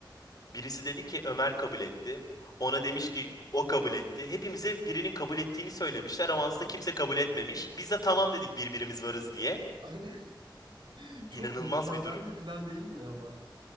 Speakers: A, on the left; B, on the right.
A: Birisi dedi ki Ömer kabul etti. Ona demiş
B: Evet.
A: ki o kabul etti. Hepimize birinin kabul ettiğini söylemişler ama aslında
B: Ya,
A: kimse kabul etmemiş. Biz de tamam dedik birbirimiz varız diye.
B: Aynen. Çok
A: İnanılmaz
B: mükemmel
A: bir durum.
B: bir plan değil mi ama?